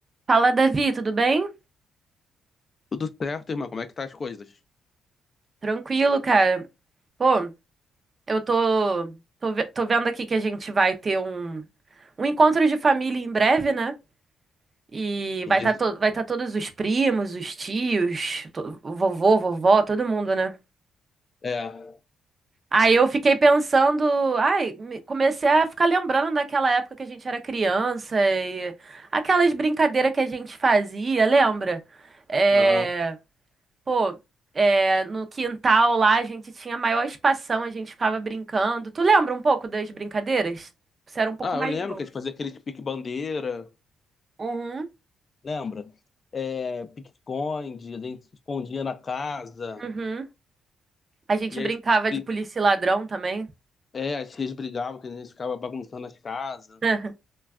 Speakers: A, on the right; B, on the left.
A: Fala, Davi, tudo bem?
B: Tudo certo, irmão? Como é que tá as coisas?
A: Tranquilo, cara. Pô, eu tô, tô, ve- tô vendo aqui que a gente vai ter um, um encontro de família em breve, né? E
B: Isso.
A: vai estar tá to, vai tá todos os primos, os tios, to- o vovô, vovó, todo mundo, né?
B: É,
A: Aí eu fiquei pensando, ai, me- comecei a ficar lembrando daquela época que a gente era criança e aquelas brincadeiras que a gente fazia, lembra? É,
B: Aham.
A: Pô, é, no quintal lá a gente tinha maior espação, a gente ficava brincando. Tu lembra um pouco das brincadeiras? Você era um pouco
B: Ah,
A: mais
B: eu lembro
A: novo.
B: que a gente fazia aquele pique-bandeira,
A: Uhum,
B: lembra? É, pique-esconde, a gente se escondia na casa.
A: uhum. A gente
B: e
A: brincava
B: aí bri-
A: de polícia e ladrão também.
B: é, as tias brigavam, que a gente ficava bagunçando as casas.
A: <laughs>